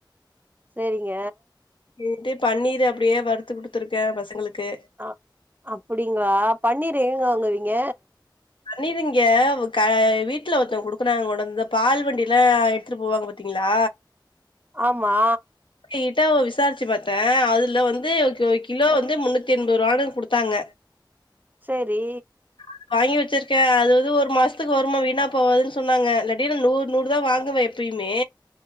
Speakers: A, on the right; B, on the left.
A: சேரிங்க
B: ணீட்டு பன்னீர் அப்டியே வறுத்து குடுத்துருக்கே பசங்களுக்கு
A: ஆ அப்படிங்ளா பன்னீர் எங்கங்க வாங்குவீங்க
B: பன்னீர் இங்க க வீட்ல ஒருத்தவ்ங்க குடுக்கனாங் கொண்டந்து பால் வண்டில்லா எட்த்துட்டு போவாங் பாத்தீங்ளா
A: ஆமா
B: அவுங்ககிட்ட ஒ விசார்ச்சு பாத்தே அதுல வந்து கோ கிலோ வந்து முன்னூத்தி எண்பர்ருவான்னு குடுத்தாங்க
A: சேரி
B: ஆஹ வாங்கி வெச்சிருக்கே அது வந்து ஒரு மாசத்துக் வருமா வீணா போவாதுன் சொன்னாங்க இல்லாட்டி நா நூர் நூறுதா வாங்குவே எ ப்பயுமே